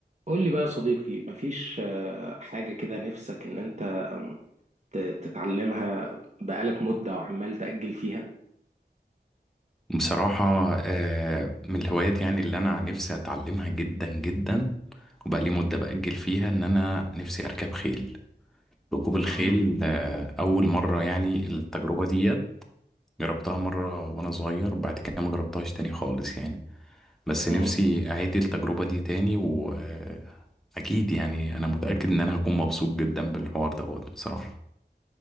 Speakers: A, on the right; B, in the centre.
A: قول لي بقى يا صديقي مفيش آه، حاجة كده نفسك إن أنت آم، ت- تتعلمها بقالك مدة وعمال تأجل فيها
B: بصراحة آه، من الهوايات يعني اللي أنا نفسي أتعلمها جدا جدا وبقى لي مدة بأجل فيها إن أنا نفسي أركب خيل ركوب الخيل
A: مم.
B: آه، أول مرة يعني التجربة ديت جربتها مرة وأنا صغير بعد كده ما جربتهاش تاني خالص يعني بس
A: مم.
B: نفسي أعيد التجربة دي تاني وأكيد يعني أنا متأكد إن أنا هكون مبسوط جدا بالحوار دوت بصراحة